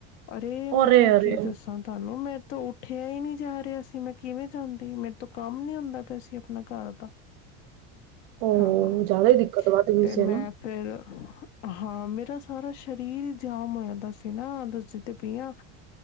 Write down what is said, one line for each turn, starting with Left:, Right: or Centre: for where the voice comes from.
Left: ਅਰੇ ਮੈਂ
Right: ਅਰੇ-ਅਰੇ
Left: ਕੀ ਦੱਸਾਂ ਤੁਹਾਨੂੰ ਮੈਂ ਉੱਠਿਆ ਹੀ ਨਹੀਂ ਜਾ ਰਿਹਾ ਸੀ ਮੈਂ ਕਿਵੇਂ ਜਾਂਦੀ, ਮੇਰੇ ਤੋਂ ਕੰਮ ਨੀਂ ਹੁੰਦਾ ਪਿਆ ਸੀ ਆਪਣੇ ਘਰ ਦਾ
Right: ਉਹ
Left: ਹਾਂ ਹਾਂ
Right: ਜ਼ਿਆਦਾ ਹੀ ਦਿੱਕਤ ਵੱਧ ਗਈ
Left: ਤੇ
Right: ਸੀ
Left: ਮੈਂ
Right: ਹਨਾ।
Left: ਫਿਰ ਹਾਂ ਮੇਰਾ ਸ ਸਾਰਾ ਸਰੀਰ ਹੀ ਜਾਮ ਹੋ ਜਾਂਦਾ ਸੀ ਨਾਂ ਦਸੱਦੀ ਤੇ ਪੀ ਆਂ